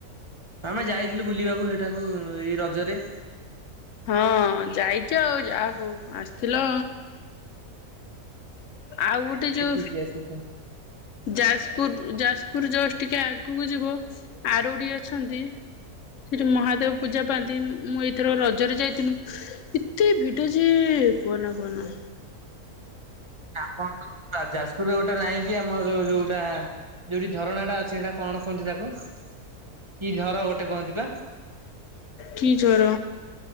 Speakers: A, on the right (about 20°); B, on the left (about 60°).
A: ଆମେ ଯାଇଥିଲୁ ବୁଲିବାକୁ ସେଠାକୁ, ଏଇ ରଜରେ।
B: ହଁ ଯାଇଛ ଆଉ, ଯା ହଉ ଆସିଥିଲ। ଆଉ ଗୋଟେ
A: ଦେଖିକି
B: ଯୋଉ,
A: ଆସିଛୁ।
B: ଯାଜପୁର, ଯାଜପୁର ପୁର ଜଷ୍ଟ ଟିକେ ଆଗକୁ ଯିବ ଆରଡି ଅଛନ୍ତି। ସେଠି ମହାଦେବ ପୂଜା ପାଆନ୍ତି। ମୁଁ ଏଇଥର ରଜରେ ଯାଇଥିଲୁ, ଏତେ ଭିଡ ଯେ କୁହନା କୁହନା।
A: ଆପଣ ଯାଜପୁରରେ ଗୋଟେ ନାହିଁ କି- ଆମର ଯୋଉ ଯୋଉ ପଟା ଯୋଉଠି ଝରଣା ଟା ଅଛି, ସେଇଟା କଣ କୁହନ୍ତି ତାକୁ? କି ଝର ଗୋଟେ କୁହନ୍ତି ପା।
B: କି ଝର?